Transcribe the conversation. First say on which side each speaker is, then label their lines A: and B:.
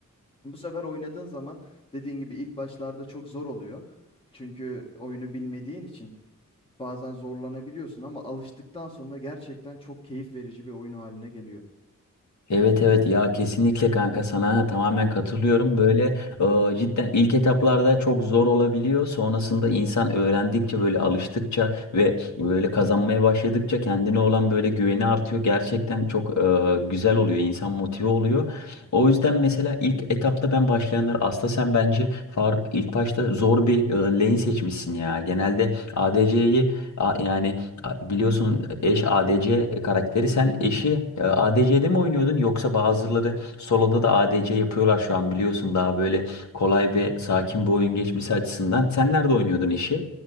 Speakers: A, on the left; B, on the left.
A: Bu sefer oynadığın zaman dediğin gibi ilk başlarda çok zor oluyor. Çünkü oyunu bilmediğin için bazen zorlanabiliyorsun ama alıştıktan sonra gerçekten çok keyif verici bir oyun haline geliyor.
B: Evet evet ya kesinlikle kanka sana tamamen katılıyorum. Böyle e, cidden ilk etaplarda çok zor olabiliyor. Sonrasında insan öğrendikçe böyle alıştıkça ve böyle kazanmaya başladıkça kendine olan böyle güveni artıyor. Gerçekten çok e, güzel oluyor. İnsan motive oluyor. O yüzden mesela ilk etapta ben başlayanlar aslında sen bence Faruk ilk başta zor bir e, lane seçmişsin ya. Genelde ADC'yi yani Biliyorsun eş ADC karakteri. Sen eşi e, ADC'de mi oynuyordun yoksa bazıları solo'da da ADC yapıyorlar şu an biliyorsun daha böyle kolay ve sakin bir oyun geçmesi açısından. Sen nerede oynuyordun eşi?